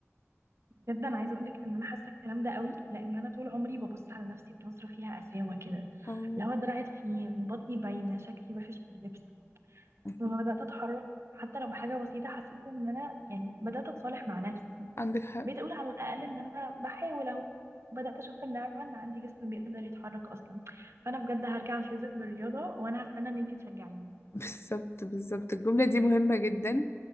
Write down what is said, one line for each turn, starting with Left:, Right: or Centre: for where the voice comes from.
Right: جدا عايزه اقول لك ان انا حاسه الكلام ده قوي لان انا طول عمري ببص على نفسي بنظره فيها قساوه كده
Left: اه
Right: لو دراعي تخين بطني باينه شكلي وحش في اللبس
Left: مهم.
Right: بس لما بدات اتحرك حتى لو بحاجه بسيطه حسيت ان انا يعني بدات اتصالح مع نفسي
Left: عندك حق
Right: بقيت اقول على الاقل ان انا بحاول اهو بدات اشوف النعمه ان عندي جسم بيقدر يتحرك اصلا فانا بجد هرجع التزم بالرياضه وانا هستنى ان انتي تشجعيني
Left: بالظبط بالظبط الجملة دي مهمة جدا